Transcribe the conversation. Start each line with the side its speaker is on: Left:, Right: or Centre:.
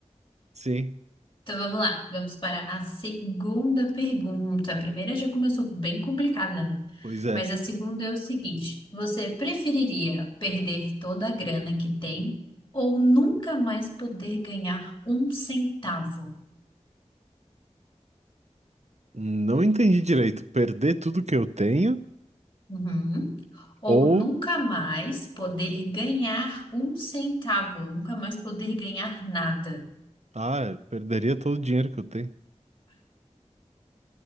Right: Sim.
Left: Então vamos lá, vamos para a segunda pergunta. A primeira já começou bem complicada, né?
Right: Pois é,
Left: Mas a segunda é o seguinte: você preferiria perder toda a grana que tem ou nunca mais poder ganhar um centavo?
Right: não entendi direito. Perder tudo que eu tenho
Left: Uhum. Ou
Right: ou.
Left: nunca mais poder ganhar um centavo, nunca mais poder ganhar nada.
Right: Ah, eu perderia todo o dinheiro que eu tenho.